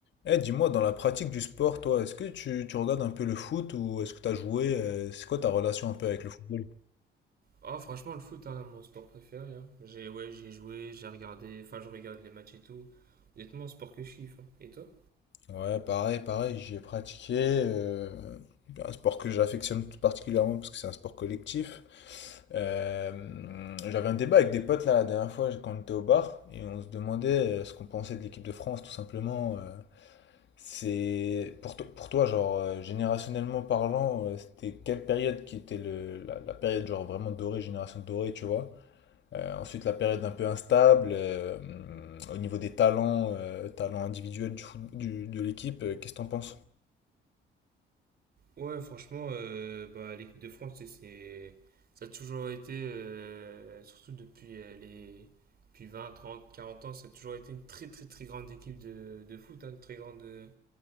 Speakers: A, on the left; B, on the right.
A: Eh, dis-moi, dans la pratique du sport, toi, est-ce que tu, tu regardes un peu le foot ou est-ce que tu as joué? euh, c'est quoi ta relation un peu avec le football?
B: Ah, franchement, le foot, hein, mon sport préféré. hein. J'ai ouais, j'ai joué, j'ai regardé, enfin, je regarde les matchs et tout. Honnêtement, sport que je kiffe. hein. Et toi?
A: Ouais, pareil, pareil, j'ai pratiqué euh, un sport que j'affectionne tout particulièrement parce que c'est un sport collectif. Euh, j'avais un débat avec des potes là la dernière fois quand on était au bar et on se demandait euh, ce qu'on pensait de l'équipe de France tout simplement. euh, c'est pour, to- pour toi genre euh, générationnellement parlant, euh, c'était quelle période qui était le, la, la période genre vraiment dorée, génération dorée, tu vois? Euh, ensuite, la période un peu instable, euh, hum, au niveau des talents, euh, talents individuels du foot- du- de l'équipe, euh, qu'est-ce que t'en penses?
B: Ouais, franchement, euh, bah, l'équipe de France, tu sais, c'est ça a toujours été, euh, surtout depuis, euh, les... depuis 20 30 40 ans, ça a toujours été une très, très, très grande équipe de, de foot, hein, une très grande,